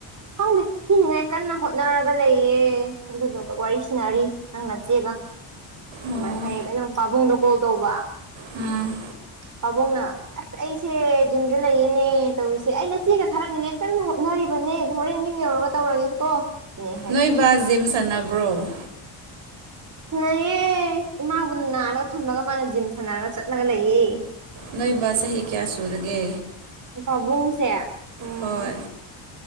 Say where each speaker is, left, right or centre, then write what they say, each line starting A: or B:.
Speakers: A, on the right; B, on the right.
A: ꯈꯪꯗꯦ ꯊꯤꯅꯤꯡꯉꯥꯏ ꯀꯟꯅ ꯍꯣꯠꯅꯔꯒ ꯂꯩꯌꯦ ꯑꯗꯨꯗꯨꯒ ꯋꯥꯔꯤ ꯁꯅꯔꯤ ꯅꯪ ꯅꯠꯆꯦꯒ ꯑꯗꯨꯃꯥꯏꯅ
B: ꯑꯣ
A: ꯍꯥꯏꯔꯌꯦ ꯑꯩꯅ ꯄꯥꯕꯨꯡꯗ ꯀꯣꯜ ꯇꯧꯕ
B: ꯎꯝ
A: ꯄꯥꯕꯨꯡꯅ ꯑꯁ ꯑꯩꯁꯦ ꯌꯖꯨꯝꯗ ꯂꯩꯌꯦꯅꯦ ꯇꯧꯔꯤꯁꯦ ꯑꯩꯅ ꯆꯦꯒ ꯊꯥꯔꯛꯅꯤꯡꯉꯥꯏ ꯀꯟꯅ ꯍꯣꯠꯅꯔꯤꯕꯅꯦ ꯍꯣꯔꯦꯟ ꯌꯨꯝ ꯌꯧꯔꯒ ꯇꯧꯔꯒꯦꯁꯤꯀꯣ ꯁꯤꯅꯦ ꯑꯩ ꯍꯥꯏꯔꯛꯑꯦ
B: ꯅꯣꯏꯕꯥ ꯖꯤꯝ ꯁꯥꯟꯅꯕ꯭ꯔꯣ
A: ꯅꯑꯦ ꯏꯃꯥꯕꯨ ꯅꯥꯔꯒ ꯊꯝꯃꯒ ꯃꯥꯅ ꯖꯤꯝ ꯁꯥꯟꯅꯔꯒ ꯆꯠꯂꯒ ꯂꯩꯌꯦ
B: ꯅꯣꯏꯕ ꯆꯍꯤ ꯀꯌꯥ ꯁꯨꯔꯒꯦ
A: ꯄꯥꯕꯨꯡꯁꯦ ꯎꯝ
B: ꯍꯣꯏ